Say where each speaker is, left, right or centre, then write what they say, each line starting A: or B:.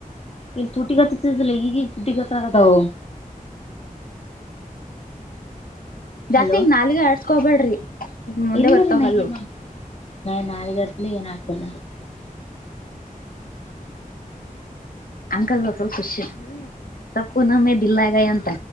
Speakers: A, on the left (about 45°); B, on the left (about 75°).
A: ಇಲ್ಲಿ ತೂಟಿಗಿ ಹತ್ತದಿಲ್ಲ ಈಗ ಈಗ ತುಟಿಗಿ ಹತ್ತ ಕುಂತವ
B: ಜಾಸ್ತಿ
A: ಹಲೋ
B: ಈ ನಾಲಿಗಿ ಆಡ್ಸ್ಕೊಬೇಡ್ರಿ ಮುಂದೆ
A: ಇಲ್ಲರಿ
B: ಬರ್ತಾವ್
A: ನಾ
B: ಹಲ್ಲು
A: ಏನ್ ನಾ <inaudible> <inaudible>
B: ಅಂಕಲ್ ಫುಲ್ ಖುಷ ತಪ್ಪು ನಮ್ಮೇ ದಿಲ್ಲಾಗ ಅಂತ